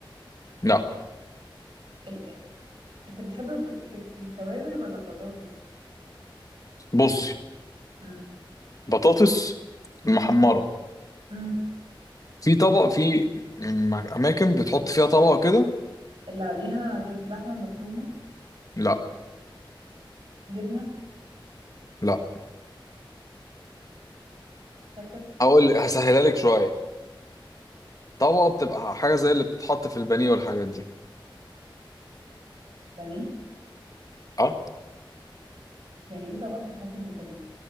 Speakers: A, on the left; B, on the right.
A: لا
B: ال... انت بتحب بك- ب- التوابل ولا البطاطس
A: بصي
B: مم.
A: بطاطس محمرة
B: مم. مم.
A: في طبق في م- أماكن بتحط فيها طبق كده
B: اللي عليها جب... لحمة مفرومة
A: لا
B: جبنة
A: لا
B: كاتشب
A: هقول هسهلها لك شوية طبقة بتبقى حاجة زي اللي بتتحط في البانيه والحاجات دي
B: بانيه
A: اه
B: يعني ايه طبقة بتتحط في البانيه